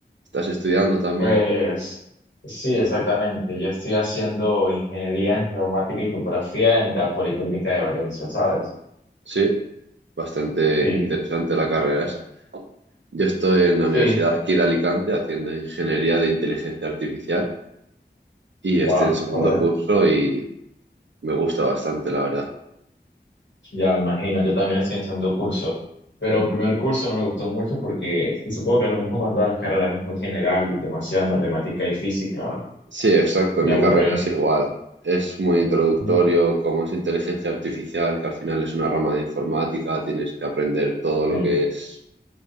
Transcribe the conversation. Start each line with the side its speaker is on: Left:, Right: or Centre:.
Right: ¿Estás estudiando también?
Left: Pues sí, exactamente. Yo estoy haciendo ingeniería en geomática y topografía en la Politécnica de Valencia, ¿sabes?
Right: Sí, bastante
Left: Sí.
Right: interesante la carrera esa. Yo estoy en la
Left: Sí.
Right: Universidad aquí de Alicante haciendo Ingeniería de Inteligencia Artificial y
Left: Va,
Right: estoy en segundo
Left: joder.
Right: curso y me gusta bastante, la verdad.
Left: Ya me imagino. Yo también estoy en segundo curso. Pero primer curso no me gustó mucho porque y supongo que lo mismo con todas las carreras es muy general, demasiada matemática y física.
Right: Sí, exacto,
Left: Me
Right: mi
Left: aburre.
Right: carrera es igual. Es muy introductorio,
Left: Ujú,
Right: como es inteligencia artificial, que al final es una rama de informática, tienes que aprender todo
Left: Sí.
Right: lo que es